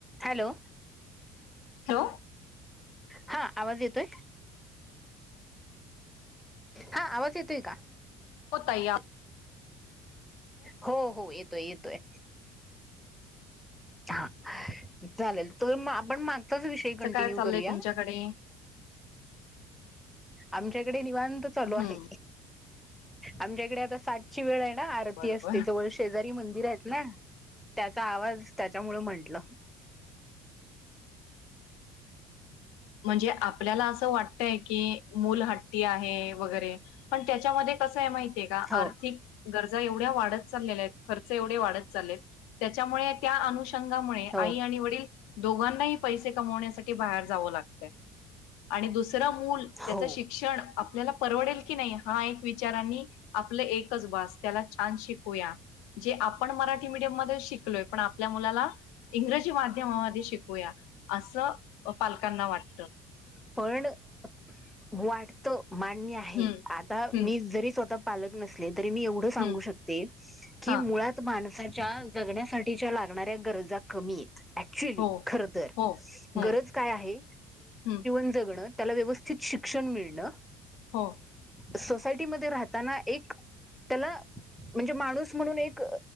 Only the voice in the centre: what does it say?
hello
हा आवाज येतोय हा आवाज येतोय का
हो हो येतोय येतोय हा चालेल तु आपण माग विषय
कंटिन्यू
करूया
आमच्याकडे निवांत चालू
आहे आमच्याकडे आता सातची वेळ आहे आरती
असते जवळ शेजारी मंदिर आहेत ना त्याचा आवाज त्याच्यामुळं म्हटलं
हो
हो
हो
पण वाटत मान्य आहे
आता मी
जरी स्वतः ल नसले तरी मी एव सांगू
शकते क
मुळात जगण्यासाठीच्या लागणाऱ्या गरजा कमी आहेत अऍक्चुली
खर तर
गरज काय आहे
त्या व्यवस्थित शिक्षण
सोसायटीमध्ये राहताना एक त्याला म्हणजे माणूस म्हणून एक